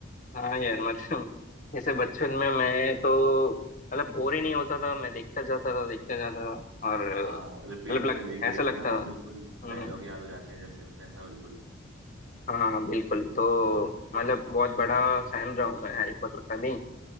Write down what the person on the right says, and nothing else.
हाँ रिपीट
पे देख देख
के ना हाँ
बिल्कुल
डायलॉग याद हो जाते हैं जैसे वैसा बिल्कुल